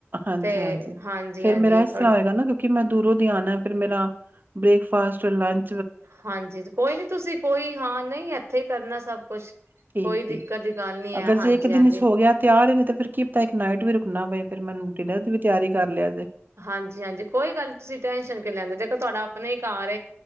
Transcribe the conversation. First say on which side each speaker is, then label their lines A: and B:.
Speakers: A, on the right; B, on the right.
A: ਹਾਂਜੀ
B: ਤੇ
A: ਹਾਂਜੀ,
B: ਹਾਂਜੀ-ਹਾਂਜੀ
A: ਫੇਰ ਮੇਰਾ ਇਸ
B: ਥੋੜੀ
A: ਤ੍ਰਾਂਹ ਹੋਏਗਾ ਨਾ ਕਿਉਂਕਿ ਮੈਂ ਦੂਰੋ ਦੀ ਆਨੇ ਫੇਰ ਮੇਰਾ ਬ੍ਰੇਕਫਾਸਟ, ਲੰ
B: ਹਾਂਜੀ ਜੀ ਕੋਈ ਨੀ ਤੁਸੀਂ ਕੋਈ ਹਾਂ ਨਹੀਂ ਏਥੇ ਕਰਨਾ ਸਭ ਕੁਝ,
A: ਠੀਕ
B: ਕੋਈ
A: ਠੀਕ
B: ਦਿੱਕਤ ਦੀ ਗੱਲ ਨੀ
A: ਅਗਰ
B: ਐ ਹਾਂਜੀ-ਹਾਂਜੀ
A: ਦੇ ਇਕ ਦਿਨ ਵਿੱਚੋ ਹੋ ਗਿਆ ਤਿਆਰ ਨਹੀਂ ਤਾਂ ਫੇਰ ਕੀ ਪਤਾ ਇਕ ਨਾਈਟ ਵੀ ਰੁਕਣਾ ਪਏ ਫੇਰ ਮੈਨੂੰ ਡਿਨਰ ਦੀ ਵੀ ਤਿਆਰੀ ਕਰ ਲਿਆ ਜੇ
B: ਹਾਂਜੀ ਹਾਂਜੀ ਕੋਈ ਗੱਲ ਨੀ ਤੁਸੀਂ ਟੈਨਸ਼ਨ ਕਿਉਂ ਲੈਂਦੇ ਓ ਦੇਖੋ ਤੁਹਾਡਾ ਆਪਣਾ ਹੀ ਘਰ ਏ